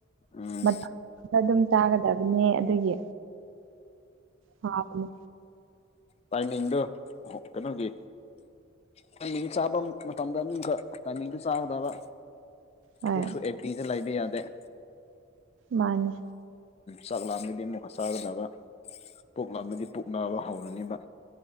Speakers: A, on the left; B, on the right.
A: ꯎꯝ
B: ꯃꯇꯝ ꯑꯗꯨꯝ ꯆꯥꯒꯗꯕꯅꯦ ꯑꯗꯨꯒꯤ ꯍꯥꯎꯕꯅꯦ
A: ꯇꯥꯏꯅꯤꯡꯗꯣ ꯀꯩꯅꯣꯒꯤ ꯇ ꯆꯥꯕ ꯃꯇꯝꯗꯅꯤ ꯇꯁꯨ ꯆꯥꯒꯗꯕ
B: ꯍꯣꯏ
A: ꯄꯨꯛꯁꯨ ꯑꯦꯛꯛꯇꯤꯗ ꯂꯥꯏꯕ ꯌꯥꯗꯦ
B: ꯃꯥꯅꯤ
A: ꯁꯥꯛ ꯂꯥꯛꯑꯝꯃꯗꯤ ꯑꯃꯨꯛ ꯁꯥꯥꯒꯗꯒ ꯄꯣꯛ ꯂꯥꯛꯑꯝꯕꯗꯤ ꯄꯛꯅꯕ ꯍꯧꯔꯅꯤꯕ